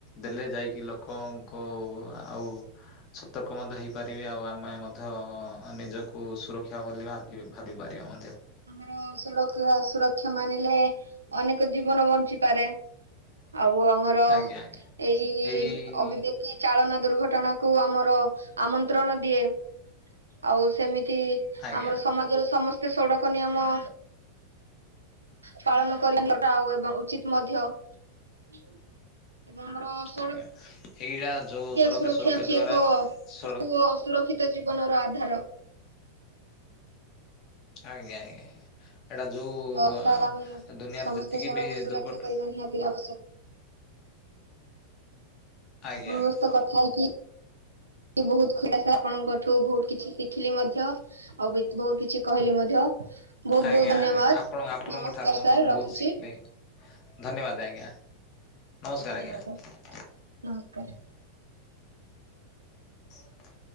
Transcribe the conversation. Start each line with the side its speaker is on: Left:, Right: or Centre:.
Left: ଦେଲେ ଯାଇକି ଲୋକଙ୍କ ଆଉ ସତର୍କ ମଧ୍ୟ ହେଇପାରିବେ ଆଉ ଆମେ ମଧ୍ୟ ନିଜକୁ ସୁରକ୍ଷା କଲିବା ଭାବି ପାରିବା ମଧ୍ୟ
Right: ଆମର ସଡ କ ସୁରକ୍ଷା ମାନିଲେ ଅନେକ ଜୀବନ ବଞ୍ଚିପାରେ ଆଉ ଆମର
Left: ଆଜ୍ଞା ଆଜ୍ଞା
Right: ଏଇ
Left: ଏଇ
Right: ଅବିବେକି ଚାଳନା ଦୁର୍ଘଟଣା କୁ ଆମର ଆମନ୍ତ୍ରଣ ଦିଏ ଆଉ ସେମିତି
Left: ଆଜ୍ଞା
Right: ଆମର ସମାଜରେ ସମସ୍ତେ ସଡକ ନିୟମ ପାଳନ କରିନେବା ଆଉ ଏବଂ ଉଚିତ ମଧ୍ୟ ଏଵଂ ଆମର ସଡ
Left: ଆଜ୍ଞା ଏଇଟା ଯୋଉ
Right: କିଆ
Left: ସଡ଼କ
Right: ସୁରକ୍ଷା ଅଛି
Left: ଦ୍ଵାରା
Right: ଏକ
Left: ସଡ଼କ
Right: ପୁଅ ସୁରକ୍ଷିତ ଜୀବନର ଆଧାର
Left: ଆଜ୍ଞା ଆଜ୍ଞା ଏଇଟା ଯୋଉ
Right: ହଉ ସାର୍ ଆମେ
Left: ଦୁନିଆରେ
Right: ସମସ୍ତେ
Left: ଯେତିକି
Right: ସଡ଼କ
Left: ବି
Right: ସୁରକ୍ଷା
Left: ଦୁର୍ଘଟ
Right: କରିବା ନିହାତି ଆବଶ୍ୟକ
Left: ଆଜ୍ଞା
Right: ଆପଣଙ୍କ
Left: ଆଜ୍ଞା
Right: ସହିତ କଥା ହେଇକି ବହୁତ ଖୁଆସ ଆପଣଙ୍କଠୁ ବହୁତ କିଛି ଶିଖିଲି ମଧ୍ୟ ଆଉ ବହୁତ କିଛି କହିଲି ମ ଧ୍ୟ ବହୁତ
Left: ଆଜ୍ଞା
Right: ବହୁତ ଧନ୍ୟବାଦ
Left: ଆପଣ ଆପଣଙ୍କ
Right: ନମସ୍କାର
Left: ଠାରୁ ମଧ୍ୟ
Right: ସାର୍
Left: ମୁଁ
Right: ରଖୁଛି
Left: ବହୁତ ଶିଖିଲି ଧନ୍ୟବାଦ ଆଜ୍ଞା ନମସ୍କାର
Right: ଧନ୍ୟବାଦ
Left: ଆଜ୍ଞା
Right: ନମସ୍କାର
Left: ହ